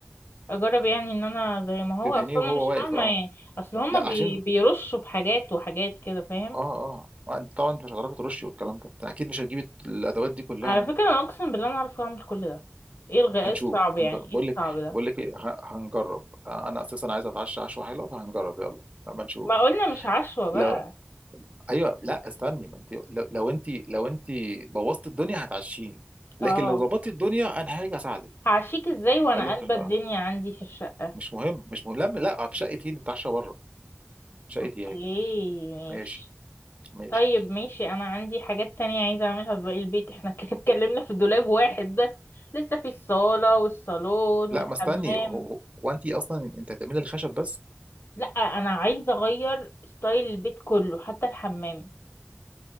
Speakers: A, on the left; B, on the right.
A: اجرب يعني ان انا زي ما هو
B: تدهنيه
A: اصلا
B: وهو
A: انا مش
B: واقف
A: فاهمه
B: اه
A: يعني اصل هما
B: لا
A: بي...
B: عشان
A: بيرشوا بحاجات وحاجات كده فاهم
B: اه اه آه، انت طبعا انت مش هتعرفي ترشي والكلام ده انت اكيد مش هتجيبي الادوات دي كلها
A: على
B: يعني
A: فكره انا اقسم بالله انا عارفه اعمل كل ده ايه الغ... ايه
B: هنشوف
A: الصعب يعني
B: هنجرب بقول
A: ايه الصعب
B: لك
A: ده
B: بقول لك ايه ه- هنجرب آه، انا اساسا عايز اتعشى عشوه حلوه فهنجرب يلا لما نشوف
A: ما قلنا مش عشوه بقى
B: لو <laughs> ايوه لا استني ما انت لو لو انت لو انت بوظت الدنيا هتعشيني لكن
A: اه
B: لو ظبطت الدنيا انا هاجي اساعدك
A: هعشيك ازاي وانا
B: خليها
A: قلبه
B: تفهم
A: الدنيا عندي في الشقه
B: مش مهم مش مهم لا لا في شقتي نتعشى بره شقتي
A: اوكي
B: اهي
A: ماشي
B: ماشي ماشي
A: طيب ماشي انا عندي حاجات تانية عايزه اعملها في باقي البيت احنا كده اتكلمنا في دولاب واحد بس لسه في الصاله والصالون
B: لا
A: والحمام
B: ما استني هو, هو هو انت اصلا انت هتعملي الخشب بس
A: لا انا عايزه اغير ستايل البيت كله حتى الحمام